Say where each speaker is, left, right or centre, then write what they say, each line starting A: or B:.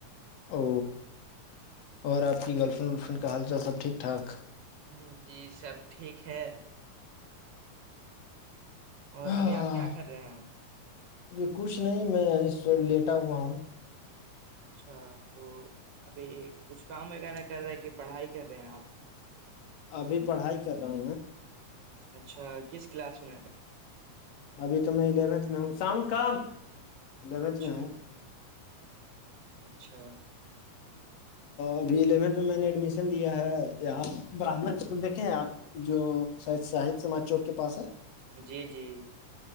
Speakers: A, on the left (about 60°); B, on the right (about 80°).
A: او اور آپ کی گرل فرینڈ ولفرینڈ کا حال چال سب ٹھیک ٹھاک
B: ہ جی سب ٹھیک ہے اور
A: ہاں،
B: ابھی آپ کیا کر رہے ہیں
A: ابھی کچھ نہیں میں لیٹا ہوا ہوں
B: اچھا تو ابھی کچھ کام وغیرہ کر رہے کہ پڑھائی کر رہے ہیں آپ
A: ابھی پڑھائی کر رہا ہوں میں
B: اچھا کس کلاس میں
A: ابھی تو میں الیونتھ میں ہوں شام کام الیونتھ
B: اچھا
A: میں ہوں
B: اچھا
A: ابھی الیونتھ میں میں نے ایڈمیشن لیا ہے یہاں براہمن اسکول دیکھیں آپ جواہ شاہد سماج چوک کے پاس ہے
B: جی جی